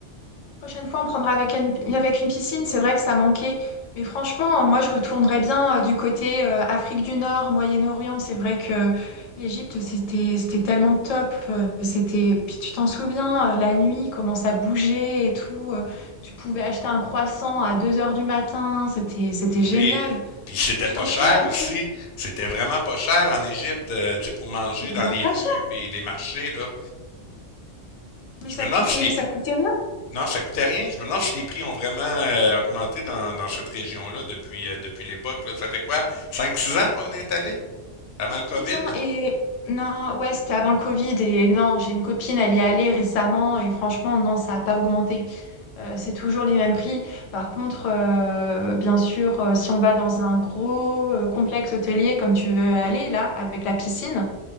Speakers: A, on the left (about 80°); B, on the left (about 55°).
A: Prochaine fois, on prendra avec une, avec une piscine. C'est vrai que ça manquait. Mais franchement, moi, je retournerais bien euh, du côté euh, Afrique du Nord, Moyen-Orient. C'est vrai que l'Égypte, c'était, c'était tellement top. Euh, C'était, puis tu t'en souviens, euh, la nuit, comment ça bougeait et tout. Euh, Tu pouvais acheter un croissant à 2 heures du matin. C'était, c'était
B: Oui,
A: génial.
B: puis c'était
A: Et tu
B: pas
A: t'en
B: cher
A: souviens, la
B: aussi.
A: plongée,
B: C'était vraiment pas cher en Égypte, euh, tu sais, pour manger
A: c'était
B: dans
A: vraiment
B: les
A: pas
B: rues
A: cher.
B: puis les marchés, là.
A: Mais
B: Je
A: ça
B: me demande
A: coûtait,
B: si les...
A: ça coûtait rien.
B: Non, ça coûtait rien. Je me demande si les prix ont vraiment euh, augmenté dans, dans cette région-là depuis, euh, depuis l'époque, là. Ça fait quoi? cinq six ans qu'on est allé? Avant
A: cinq
B: le COVID?
A: 6 ans et non, ouais, c'était avant le Covid et non, j'ai une copine, elle y est allée récemment et franchement, non, ça n'a pas augmenté. Euh, c'est toujours les mêmes prix. Par contre, euh, bien sûr, euh, si on va dans un gros euh, complexe hôtelier comme tu veux aller là, avec la piscine,